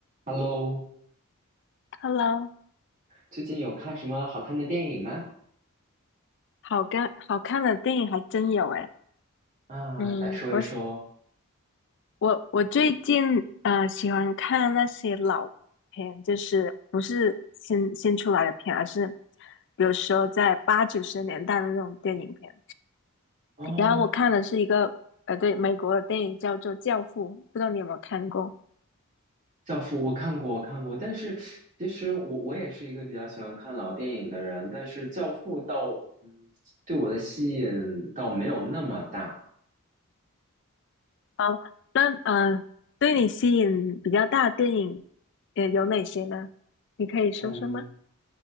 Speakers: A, on the right (about 35°); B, on the left (about 55°).
A: Hello，
B: Hello，
A: 最近有看什么好看的电影吗？
B: 好看好看的电影还真有诶。
A: 啊，
B: 嗯，
A: 来说一说。
B: 我是我我最近呃喜欢看那些老片，就是不是新新出来的片，而是比如说在八九十年代的那种电影片。
A: 哦，
B: 然后我看的是一个呃对美国的电影叫做《教父》，不知道你有没有看过？
A: 《教父》我看过，我看过，但是其实我我也是一个比较喜欢看老电影的人，但是《教父》倒对我的吸引倒没有那么大。
B: 好，那呃对你吸引比较大的电影呃有哪些呢？你可以说说吗？
A: 嗯，